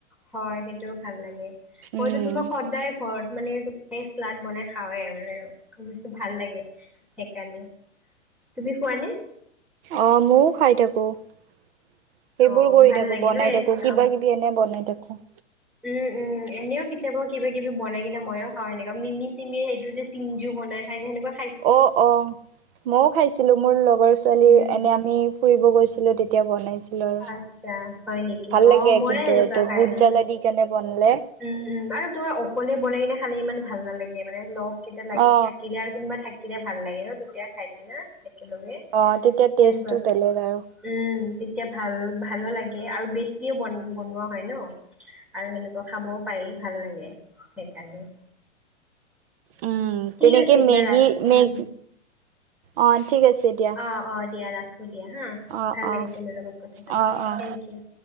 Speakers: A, in the centre; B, on the right.
A: হয় সেইটোও ভাল লাগে
B: উম
A: মইতো তোমাক সদায় ঘৰত মানে শ্লাাদ বনাই খাওঁৱে মানে খুব বেছি ভাল লাগে সেইকাৰণে তুমি খোৱানে?
B: অ, মইও খাই থাকোঁ সেইবোৰ
A: অঁ
B: কৰি
A: ভাল
B: থাকোঁ
A: লাগে
B: বনাই
A: ন
B: থাকো কিবা-কিবি এনে বনাই থাকোঁ
A: উম-উম এনেও কেতিয়াবা কিবা-কিবি বনাই কিনে ময়ো খাওঁ এনেকা মিমি চিমি সেইটো যে চিনজু বনাই খায় যে হেনেকোৱা।
B: অ', অ', মইও খাইছিলো, মোৰ লগৰ ছোৱালী
A: উম
B: এনে আমি ফুৰিব গৈছিলো, তেতিয়া বনাইছিল। হেল্লো',
A: আচ্ছা হয় নেকি
B: ভাল লাগে
A: অ ময়ে
B: কিন্তু,
A: সেনেকুৱা
B: এইটো
A: খাই
B: ভুট
A: উম।
B: জালা দি, কেনে বনালে।
A: উম, উম, আৰু তোমাৰ অকলে বনাই কিনে খালি ইমান ভাল নালাগে মানে লগ কিতা লাগ
B: অ
A: থাকিলে আৰু কোনোবা থাকিলে ভাল লাগে ন, তেতিয়া খাই কিনা একেলগে।
B: অ', তেতিয়া
A: সেনেকুৱা।
B: টেষ্টটো বেলেগ আৰু।
A: উম, তেতিয়া ভাল ভালো লাগে, আৰু বেছিও বন বনোৱা হয় ন। আৰু সেনেকুৱা খাবও পাৰি ভাল লাগে, সেইকাৰণে।
B: উম,
A: ঠিক
B: তেনেকে
A: আছে দিয়া
B: মেগী
A: ৰাখ উম।
B: মেগ অ', ঠিক আছে দিয়া।
A: অ', অ', দিয়া ৰাখো দিয়া হা,
B: অ
A: ভাল
B: অ
A: লাগিল তোমাৰ লগত কথা পাতি,
B: অ অ
A: থেংক ইউ।